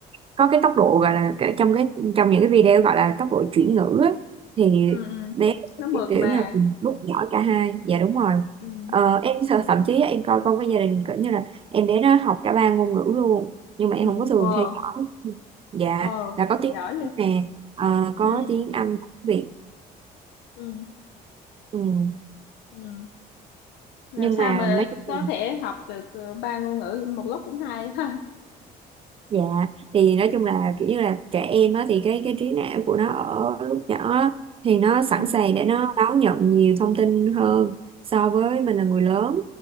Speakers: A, on the right (about 35°); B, on the left (about 90°).
A: có cái tốc độ gọi là cái- trong cái trong những cái video gọi là tốc độ chuyển ngữ á, thì
B: ừ ừ.
A: bé
B: nó mượt
A: kiểu
B: mà
A: như là cùng lúc giỏi cả hai dạ đúng rồi
B: ừ
A: ờ, em sợ thậm chí á, em coi con cái gia đình kiểu như là em bé nó học cả ba ngôn ngữ luôn nhưng mà em
B: ừ
A: không có thường
B: wow
A: theo dõi dạ
B: ồ
A: là có tiếng
B: giỏi vậy
A: nè ờ, có
B: ừ
A: tiếng Anh của Việt
B: ừ
A: ừ.
B: ừ làm
A: nhưng
B: sao
A: mà
B: mà
A: nói
B: có
A: chung là,
B: thể học được ờ, ba ngôn ngữ một lúc cũng hay ha
A: dạ thì nói chung là kiểu như là trẻ em á thì cái cái trí não của nó ở lúc nhỏ á, thì nó
B: <laughs>
A: sẵn
B: ừ
A: sàng để nó đón nhận nhiều thông tin hơn so với mình là người lớn